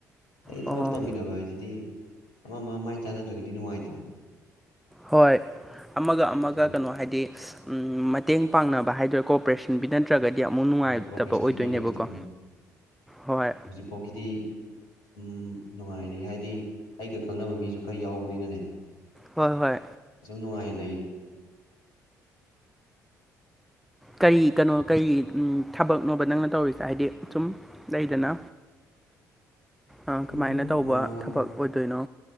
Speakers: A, on the left; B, in the centre.
A: ꯍꯥꯏꯗꯤ
B: ꯑꯣ
A: ꯊꯕꯛ ꯇꯧꯃꯤꯟꯅꯕ ꯍꯥꯏꯁꯤꯗꯤ ꯑꯃ ꯑꯃ ꯃꯥꯏ ꯆꯥꯟꯅꯗ꯭ꯔꯒꯗꯤ ꯅꯨꯡꯉꯥꯏꯇꯦ
B: ꯍꯣꯏ ꯑꯃꯒ ꯑꯃꯒ
A: ꯑꯗꯨ
B: ꯀꯩꯅꯣ ꯍꯥꯏꯗꯤ ꯎꯝ ꯃꯇꯦꯡ ꯄꯥꯡꯅꯕ ꯍꯥꯏꯗ꯭ꯔ ꯀꯣꯄꯔꯦꯁꯟ ꯄꯤꯅꯗꯔꯒꯗꯤ ꯑꯃꯨꯛ ꯅꯨꯡꯉꯥꯏꯇꯕ
A: ꯍꯣꯏ ꯀꯣꯔꯄꯣꯔꯦꯁꯟ
B: ꯑꯣꯏꯗꯣꯏꯅꯦꯕꯀꯣ
A: ꯄꯤꯅꯗ꯭ꯔꯒꯗꯤ
B: ꯍꯣꯏ
A: ꯍꯧꯖꯤꯛ ꯐꯧꯒꯤꯗꯤ ꯁꯨꯝ ꯅꯨꯡꯉꯥꯏꯔꯤ ꯍꯥꯏꯗꯤ ꯑꯩꯒ ꯈꯪꯅꯕ ꯃꯤꯁꯨ ꯈꯔ ꯌꯥꯎꯕꯅꯤꯅꯅꯦ
B: ꯍꯣꯏ ꯍꯣꯏ
A: ꯐꯖꯅ ꯅꯨꯡꯉꯥꯏ ꯂꯩꯔꯤ
B: ꯀꯔꯤ ꯀꯩꯅꯣ ꯀꯔꯤ ꯎꯝ ꯊꯕꯛꯅꯣꯕ ꯅꯪꯅ ꯇꯧꯔꯤꯁꯦ ꯍꯥꯏꯗꯤ ꯁꯨꯝ ꯂꯩꯗꯅ ꯑꯥ
A: ꯁꯨꯝ
B: ꯀꯃꯥꯏꯅ ꯇꯧꯕ
A: ꯑꯥ ꯀꯣ
B: ꯊꯕꯛ ꯑꯣꯏꯗꯣꯏꯅꯣ